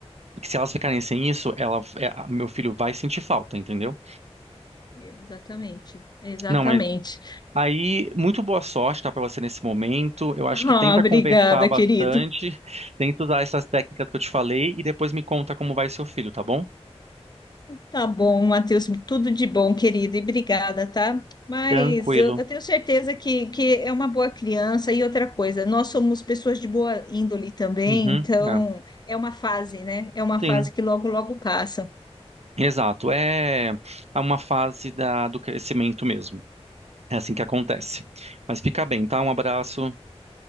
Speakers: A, on the right; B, on the left.
A: E que se elas ficarem sem isso, ela, é, a- meu filho vai sentir falta, entendeu?
B: exatamente. Exatamente.
A: Não, mas aí, muito boa sorte, tá, para você nesse momento. Eu acho
B: Ah,
A: que tenta
B: obrigada,
A: conversar bastante,
B: querido.
A: tenta usar essas técnicas que eu te falei e depois me conta como vai seu filho, tá bom?
B: Tá bom, Matheus, tudo de bom, querido, e obrigada, tá? Mas
A: Tranquilo.
B: eu, eu tenho certeza que, que é uma boa criança. E outra coisa, nós somos pessoas de boa índole também,
A: Uhum.
B: então
A: é.
B: é uma fase, né? É uma
A: Sim,
B: fase que logo, logo passa.
A: exato. É é uma fase da, do crescimento mesmo. É assim que acontece. Mas fica bem, tá? Um abraço.